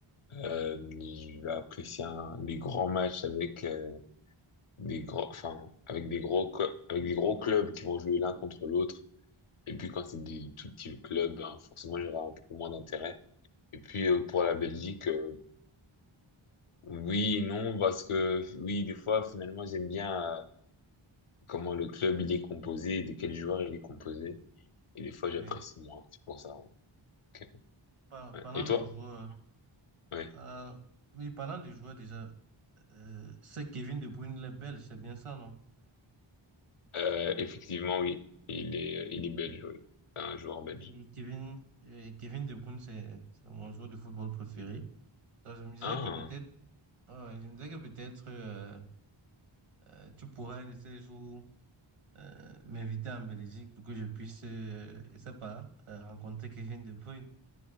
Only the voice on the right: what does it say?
Oui.
Par-
parlant
de joueurs,
euh, oui, parlant de joueurs déjà, euh, c'est Kevin De Bruyne, le Belge, c'est bien ça, non?
Oui,
oui, Kevin, euh, Kevin De Bruyne, c'est c'est mon joueur de football préféré. Donc, je me disais
que peut-être, ouais, je me disais que peut-être euh, euh, tu pourrais un de ces jours euh, m'inviter en Belgique pour que je puisse, euh, je sais pas, euh, rencontrer Kevin De Bruyne.